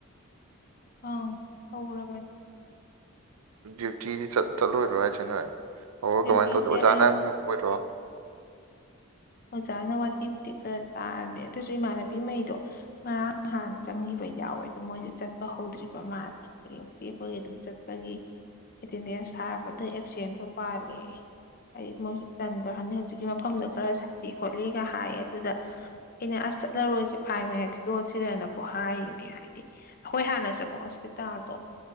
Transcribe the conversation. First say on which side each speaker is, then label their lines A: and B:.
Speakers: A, on the left; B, on the right.
A: ꯑꯥꯡ ꯍꯧꯔꯕꯟ
B: ꯗ꯭ꯌꯨꯇꯤꯗꯤ ꯆꯠ ꯆꯠꯂꯣꯏꯗ꯭ꯔꯣ ꯍꯥꯏꯖꯦꯅꯣꯏ ꯍꯧꯔ
A: ꯗ꯭ꯌꯨꯇꯤꯁꯦ
B: ꯀꯃꯥꯏꯟ ꯇꯧꯗꯣꯏꯕ
A: ꯑꯩ
B: ꯑꯣꯖꯥꯅ ꯉꯪꯉꯣꯏꯗ꯭ꯔꯣ
A: ꯑꯣꯖꯥꯅ ꯋꯥꯇꯤꯕꯨꯗꯤ ꯈꯔ ꯇꯥꯔꯅꯤ ꯑꯗꯨꯁꯨ ꯏꯃꯥꯟꯅꯕꯤꯃꯩꯗꯣ ꯉꯔꯥꯡ ꯅꯍꯥꯟ ꯆꯪꯒꯤꯕ ꯌꯥꯎꯋꯦ ꯑꯗꯣ ꯃꯣꯏꯖꯦ ꯆꯠꯄ ꯍꯧꯗ꯭ꯔꯤꯕ ꯃꯥꯜꯂꯦ ꯍꯌꯦꯡꯁꯤ ꯑꯈꯣꯏꯒꯤ ꯑꯗꯨꯝ ꯆꯠꯄꯒꯤ ꯑꯦꯇꯦꯟꯗꯦꯟꯁ ꯊꯥꯔꯛꯄꯗ ꯑꯦꯞꯁꯦꯟꯕꯨ ꯄꯥꯜꯂꯦ ꯍꯥꯏ ꯃꯣꯏꯁꯨ ꯇꯟꯗ꯭ꯔ ꯍꯟꯗꯦ ꯍꯧꯖꯤꯛꯀꯤ ꯃꯐꯝꯗꯣ ꯈꯔ ꯁꯥꯊꯤ ꯈꯣꯠꯂꯤꯒ ꯍꯥꯏꯌꯦ ꯑꯗꯨꯗ ꯑꯩꯅ ꯑꯁ ꯆꯠꯍꯧꯔꯁꯤ ꯐꯥꯏ ꯑꯣꯏꯅ ꯊꯤꯗꯣꯛꯑꯁꯤꯔꯅꯕꯨ ꯍꯥꯏꯔꯤꯅꯦ ꯍꯥꯏꯗꯤ ꯑꯈꯣꯏ ꯍꯥꯟꯅ ꯆꯠꯄ ꯍꯣꯁꯄꯤꯇꯜꯗꯣ